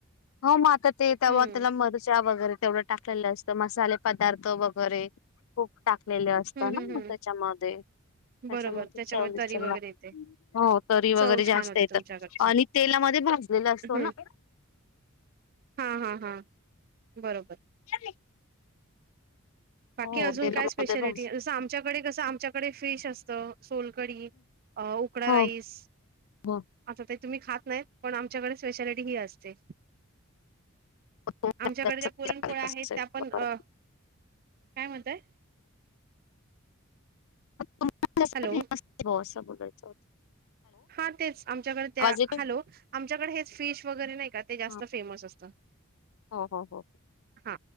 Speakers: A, on the left; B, on the right.
A: हो, मग आता ते तेव्हा
B: हम्म
A: त्याला मिरचा वगैरे तेवढं टाकलेलं असत, मसाले पदार्थ वग- वगैरे खूप टाकलेले असतात
B: हम्म
A: ना,
B: हम्म हम्म
A: म त्याच्यामध्ये. त्याच्यामध्ये
B: बरोबर त्याच्यामुळे
A: चवलीस
B: तरी
A: ज <unintelligible>
B: वगैरे येते.
A: हो, तरी
B: चव
A: वगैरे जास्त
B: छान होते
A: येतात
B: तुमच्याकडचे
A: आणि तेलामध्ये भाजलेला असतो
B: हम्म
A: ना.
B: हा, हा, हा, बरोबर.
A: <inaudible>
B: बाकी
A: हो
B: अजून
A: तेलामध्ये
B: काय स्पेशालिटी
A: भाज
B: आहे, जसं आमच्याकडे कसं आमच्याकडे फिश असतं. सोलकढी, अ उकडा
A: हो
B: राईस.
A: हो हो,
B: आता ते तुम्ही खात नाहीत, पण आमच्याकडे स्पेशालिटी ही असते.
A: हो,
B: आमच्याकडे ज्या पुरणपोळ्या
A: चालत
B: आहेत,
A: असेल.
B: त्या पण
A: बरं.
B: अ काय म्हणतोय?
A: <unintelligible>
B: हॅलो हा, तेच आमच्याकडे त्या,
A: आवाज येतोय?
B: हॅलो? आमच्याकडे हेच फिश वगैरे नाही का, ते जास्त
A: हां.
B: फेमस असतं.
A: हो, हो, हो.
B: हा,